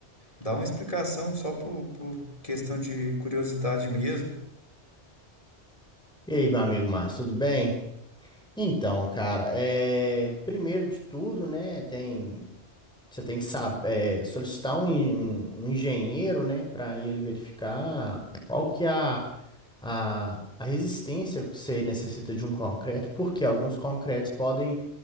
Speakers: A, on the left (about 30°); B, in the centre.
A: Dá uma explicação só por, por questão de curiosidade mesmo,
B: E aí, meu amigo Márcio, tudo bem? Então, cara, é... primeiro de tudo, né, tem... você tem que saber, solicitar um, um- um engenheiro, né, para ele verificar qual que é a, a, a resistência que você necessita de um concreto, porque alguns concretos podem